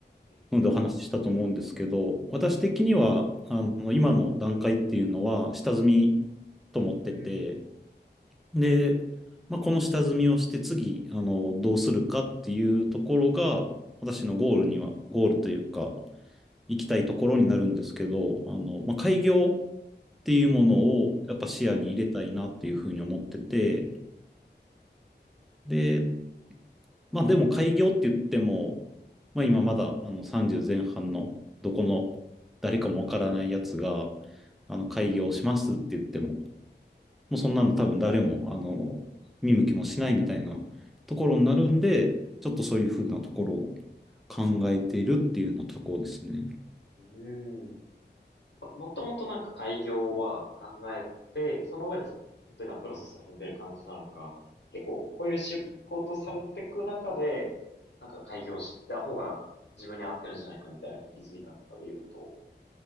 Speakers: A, on the left; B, in the centre.
A: え、
B: のでお話ししたと思うんですけど、私的には、あの、今の段階っていうのは、下積みと思ってて、
A: うん、
B: で、まあ、この下積みをして次、あの、どうするかっていうところが、私のゴールには、ゴールというか、行きたいところになるんですけど、あの、まあ、開業っていうものをやっぱ視野に入れたいなっていうふうに思ってて、
A: うん、え、
B: で、まあ、でも開業って言っても、まあ、今まだ、あの、30前半の、どこの誰かもわからないやつが、あの、開業しますって言っても、もうそんなの多分誰も、あの、見向きもしないみたいなところになるんで、ちょっとそういうふうなところを考えているっていうようなところですね。
A: うん。あもともとなんか開業は考えて、その上でずっと今プロセスを踏んでる感じなのか、結構こういう仕事されていく中で、なんか開業した方が自分に合ってるんじゃないかみたいなのに気づいたのかで言うと、